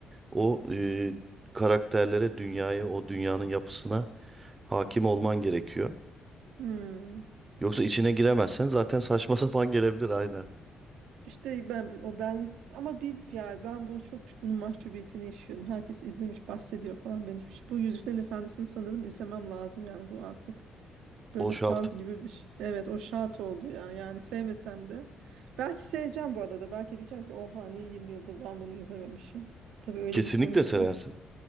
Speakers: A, on the right (about 25°); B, on the right (about 80°).
A: o e, karakterlere, dünyaya, o dünyanın yapısına hakim olman gerekiyor.
B: Hmm.
A: Yoksa içine giremezsen zaten saçma <laughs> sapan gelebilir aynen.
B: İşte ben o benlik ama bir ya ben bunu çok bunun mahcubiyetini yaşıyorum. Herkes izlemiş bahsediyor falan ben hiçbir şey. Bu Yüzüklerin Efendisi'ni sanırım izlemem lazım yani bu artık böyle
A: O şart.
B: faz gibi bir şey. Evet o şart oldu ya yani sevmesem de. Belki seveceğim bu arada belki diyeceğim ki oha niye 20 yıldır ben bunu izlememişim. Tabii öyle
A: Kesinlikle
B: bir sonuçta.
A: seversin.